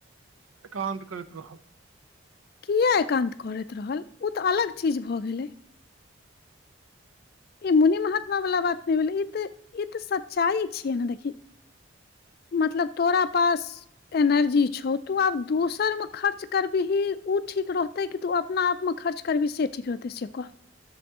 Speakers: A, on the right; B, on the left.
A: एकान्त करैत रहल
B: किए एकान्त करैत रहल ओ तऽ अलग चीज भऽ गेलै ई मुनि महात्मा वला बात नहि भेलै ई तऽ ई तऽ सच्चाइ छियै ने देखी
A: <unintelligible>
B: मतलब तोरा पास एनर्जी छौ तू आब दोसर मे खर्च करबिही उ ठीक रहतै कि तू अपना आपमे खर्च करबिही से ठीक रहतै से आब कह